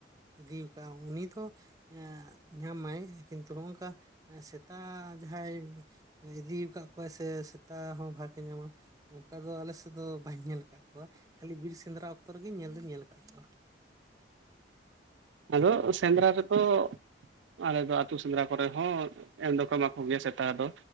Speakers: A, on the right (about 20°); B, on the right (about 85°).
A: ᱤᱫᱤ ᱟᱠᱟᱫ ᱩᱱᱤ ᱫᱚ᱾ ᱮᱜ ᱧᱟᱢ ᱢᱟᱭ ᱠᱤᱱᱛᱩ ᱱᱚᱝᱠᱟ ᱥᱮᱛᱟ ᱡᱟᱦᱟᱸᱭ᱾ ᱤᱫᱤ ᱟᱠᱟᱫ ᱠᱚᱣᱟᱭ ᱥᱮ ᱥᱮᱛᱟ ᱦᱚᱸ ᱵᱷᱟᱜᱽᱮ ᱧᱟᱢᱟ᱾ ᱚᱠᱟ ᱫᱚ ᱟᱞᱮᱥᱮᱫ ᱫᱚ ᱵᱟᱹᱧ ᱧᱮᱞ ᱟᱠᱟᱫ ᱠᱚᱣᱟ ᱠᱷᱟᱹᱞᱤ ᱵᱤᱨ ᱥᱮᱸᱫᱽᱨᱟ ᱚᱠᱛᱚ ᱨᱮᱜᱮ ᱧᱮᱞ ᱫᱩᱧ ᱧᱮᱞ ᱟᱠᱟᱫ ᱠᱚᱣᱟ᱾
B: ᱟᱫᱚ ᱥᱮᱸᱫᱽᱨᱟ ᱨᱮᱫᱚ᱾ ᱟᱞᱮ ᱫᱚ ᱟᱹᱛᱩ ᱥᱮᱸᱫᱽᱨᱟ ᱠᱚᱨᱮ ᱦᱚᱸ ᱮᱢ ᱫᱚᱚᱠᱢᱟ ᱠᱚᱜᱮᱭᱟ ᱥᱮᱛᱟ ᱫᱚ᱾